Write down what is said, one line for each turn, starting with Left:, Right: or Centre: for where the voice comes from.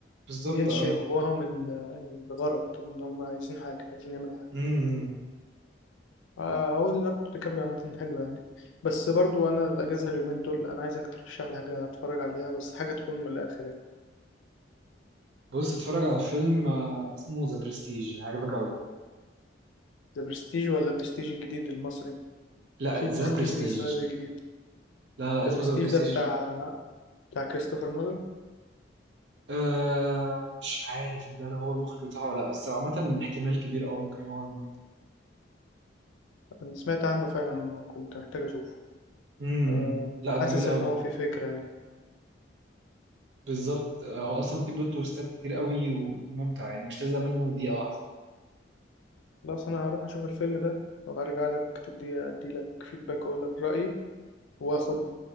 Right: بالظبط
Left: بينشئ
Right: اه
Left: جواهم ال- الغرض إن هم عايزين حاجة عايزين يعملوا حاجة
Right: امم
Left: آه، هو ليوناردو دي كابريو عامة حلو يعني بس برضو أنا الأجازة اليومين دول أنا عايزك ترشح لي حاجة أتفرج عليها بس حاجة تكون من الآخر يعني
Right: بص اتفرج على فيلم آه، اسمه ذا برستيج عجبك قوي
Left: ذا برستيج ولا برستيج الجديد المصري
Right: لا
Left: في
Right: ذا
Left: برستيج
Right: برستيج
Left: لسه نازل جديد
Right: لا لا اسمه
Left: ذا برستيج
Right: ذا برستيج
Left: ده بتاع بتاع كريستوفر نولان
Right: أه مش عارف ده هو المخرج بتاعه ولا لا بس عامة احتمال كبير قوي ممكن هو المخرج
Left: أنا سمعت عنه فعلا وكنت محتاج أشوفه
Right: امم
Left: أم،
Right: لا
Left: حاسس
Right: جميل قوي
Left: إن هو في فكرة يعني.
Right: بالظبط آه، هو اصلا في بلوت تويستات كتير قوي وممتع يعني مش تزهق منه دقيقة واحدة
Left: خلاص انا هروح اشوف الفيلم ده وهرجع لك تدي ادي لك فيدباك واقول لك رايي واخد